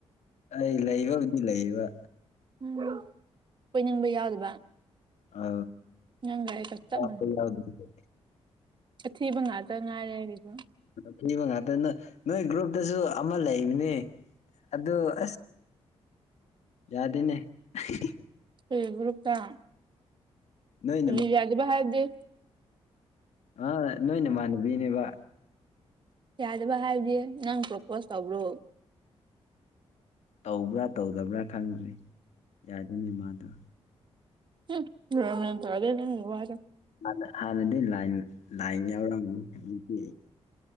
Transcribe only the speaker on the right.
ꯎꯝ ꯀꯣꯏꯅꯤꯡꯕ ꯌꯥꯎꯗꯕ
ꯅꯪꯒ ꯑꯩꯒ ꯆꯞ
ꯊꯤꯕ ꯉꯥꯛꯇ ꯉꯥꯏꯔꯦ ꯑꯩꯒꯤꯖꯨ
ꯑꯩ ꯒ꯭ꯔꯨꯨꯞꯇ
ꯀ꯭ꯔꯤ ꯌꯥꯗꯤꯕ ꯍꯥꯏꯔꯗꯤ
ꯌꯥꯗꯕ ꯍꯥꯏꯕꯗꯤ ꯅꯪ ꯄ꯭ꯔꯣꯄꯣꯁ ꯇꯧꯕ꯭ꯔꯣ
ꯍꯝ ꯅꯣꯔꯃꯦꯟ ꯇꯧꯗꯦ ꯅꯪꯒꯤ ꯋꯥꯗꯣ